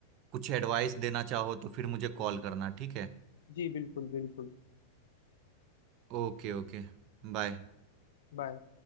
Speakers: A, on the right (about 40°); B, on the left (about 60°).
A: कुछ एडवाइस देना चाहो तो फिर मुझे कॉल करना ठीक है
B: जी बिल्कुल बिल्कुल
A: Okay okay बाय
B: बाय